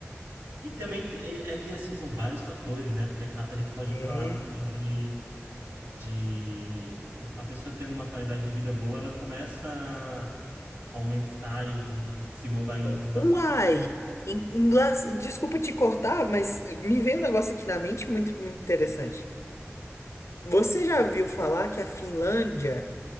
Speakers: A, on the right; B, on the left.
A: E também te- é, é que, assim, são vários fatores, né? Porque a, ca- a gente pode
B: É.
A: ir para lado também de, de. A pessoa tendo uma qualidade de vida boa, ela começa a aumentar e se moldar em
B: U-
A: outros aspectos.
B: Uai! Em inglês, desculpa te cortar, mas me veio um negócio aqui na mente muito, muito interessante. Você já viu falar que a Finlândia